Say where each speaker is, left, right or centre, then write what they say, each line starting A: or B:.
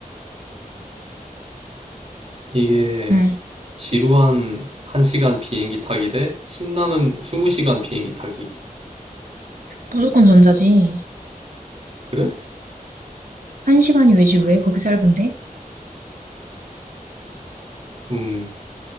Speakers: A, on the right; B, on the right.
A: 이게
B: 응.
A: 지루한 1시간 비행기 타기 대 신나는 20시간 비행기 타기.
B: 무조건 전자지.
A: 그래?
B: 한 시간이 왜지, 왜 그렇게 짧은데?
A: 음,